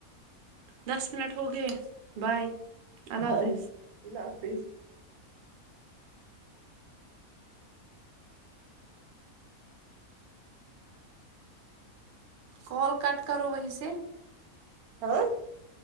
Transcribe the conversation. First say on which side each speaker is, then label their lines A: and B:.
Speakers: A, on the right; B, on the right.
A: دس منٹ ہو گئے بائے اللہ
B: بائی
A: حافظ
B: اللہ حافظ
A: کال کٹ کرو ویسے
B: ہاں